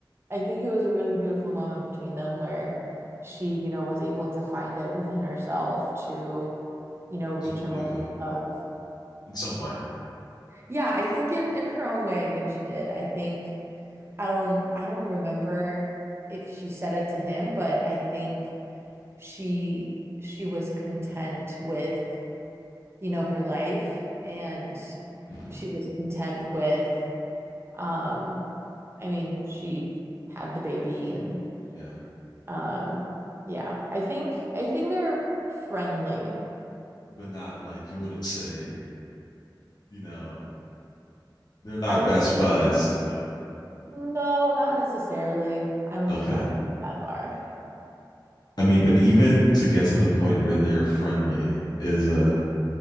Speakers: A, on the right; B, on the left.
A: I think it was a really beautiful moment between them where she, you know, was able to find it within herself to, you know, reach
B: to forgive
A: a moment
B: him
A: of,
B: in some way.
A: yeah, I think in in her own way, I think she did. I think I don't I don't remember if she said it to him, but I think she she was content with, you know, her life and
B: Mm-hmm.
A: she was content with um I mean, she had the baby and
B: Yeah,
A: um yeah, I think I think they're friendly.
B: but not like you wouldn't say, you know, they're not
A: I
B: best buds.
A: no, not necessarily. I don't
B: Okay.
A: think I went that far.
B: I mean, but even to get to the point where they're friendly is a